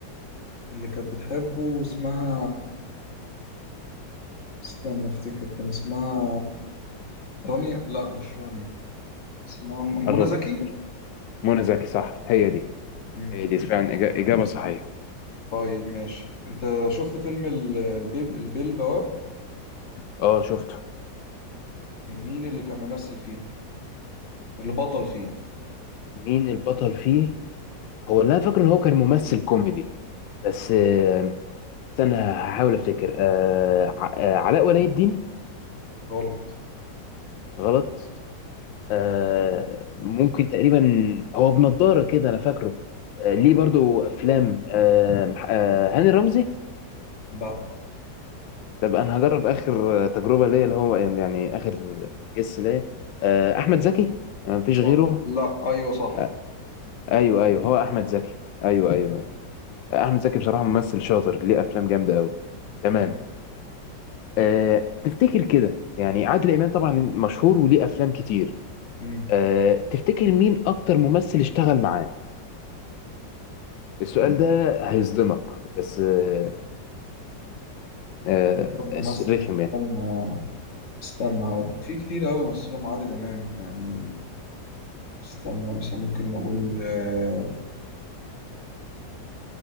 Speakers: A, on the left; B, on the left.
A: اللي كانت بتحبه اسمها استنى افتكر كان اسمها رانيا لا مش رانيا اسمها م-
B: قربت
A: منى زكي
B: منى زكي صح هي دي
A: مم.
B: هي دي فعلا إجا- إجابة صحيحة
A: طيب ماشي انت شفت فيلم ال- البيب البيه البواب
B: اه شفته
A: مين اللي كان ممثل فيه اللي بطل فيه
B: مين البطل فيه هو اللي أنا فاكره إن هو كان ممثل كوميدي بس آه، استنى هحاول أفتكر أه ع- آه، علاء ولي الدين
A: غلط
B: غلط آه، ممكن تقريبا هو بنضارة كده انا فاكره آه، ليه برضو افلام آه، مح- آه، هاني رمزي
A: لا
B: طب انا هجرب اخر تجربة ليا اللي هو يعني اخر جس ليا آه، احمد زكي آه، مفيش
A: صح
B: غيره
A: لا ايوه صح
B: آه، ايوه ايوه هو احمد زكي ايوه
A: مم.
B: ايوه أيوة. آه، احمد زكي بصراحة ممثل شاطر ليه افلام جامدة قوي تمام
A: مم.
B: أه تفتكر كده يعني عادل امام طبعا مشهور وليه افلام كتير
A: مم.
B: أه تفتكر مين اكتر ممثل اشتغل معاه السؤال ده هيصدمك بس آه، آه،
A: دور ممثل
B: رخم
A: استنى
B: يعني
A: استنى هقول لك في كتير قوي مثلهم عادل امام يعني استنى مثلا ممكن نقول آه،